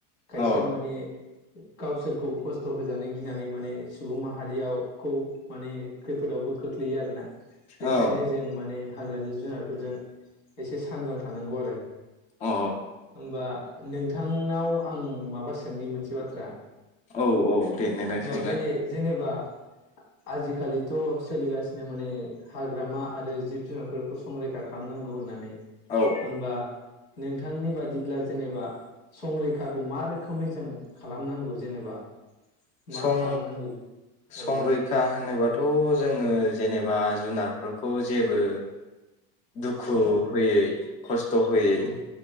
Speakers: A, on the left (about 80°); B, on the left (about 20°).
A: खायसेया
B: अ
A: माने गावसोरखौ खस्थ होजानो गिनानै माने सुबुं माहारियाव खौ माने खैफोदावबो खो ख्लैयो आरो ना बेखायनो
B: अ
A: जों माने हाग्रानि जुनारफोरजों एसे सांग्रां थानांगौ आरो
B: अ
A: होमबा नोंथांनाव आं माबा सोंनि मोनसे बाथ्रा
B: औ औ दे नोंथां
A: होमबा
B: सोंलाय
A: बे जेनेबा
B: <inaudible>
A: आजिखालिथ सोलिगासिनो माने हाग्रामा आरो जिब जुनारफोरखौ संरैखा खालामनांगौ गौ होननानै
B: औ
A: होमबा नोंथांनि बादिब्ला जेनेबा संरैखाखौ मा रोखोमै जों खालामनांगौ जेनेबा
B: सं
A: मा खालामनांगौ औ
B: संरैखा आंनोबाथ' जोङो जेनेबा जुनारफोरखौ जेबो दुखु
A: औ
B: होयै खस्थ होयै
A: औ